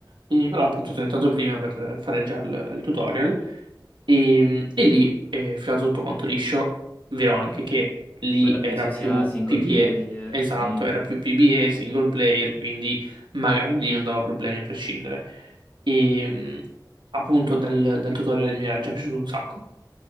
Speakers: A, on the right; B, on the left.
A: E però appunto sono entrato prima per fare già il, il tutorial e, e lì è filato tutto quanto liscio. Vero anche che lì
B: quella penso
A: era più
B: sia single
A: PBE,
B: player.
A: esatto,
B: Mm.
A: era più PBE single player, quindi magari lì non dava problemi a prescindere. E mh, appunto dal, dal tutorial mi era già piaciuto un sacco.